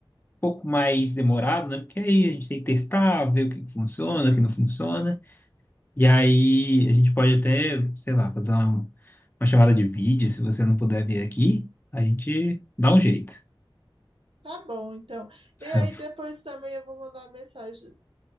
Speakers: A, on the left (about 20°); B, on the right (about 75°).
A: um pouco mais demorado, né? Porque aí a gente tem que testar, ver o que que funciona, o que não funciona. E aí a gente pode até, sei lá, fazer uma, uma chamada de vídeo, se você não puder vir aqui, a gente dá um jeito.
B: Tá bom, então.
A: <laughs>
B: E aí depois também eu vou mandar uma mensagem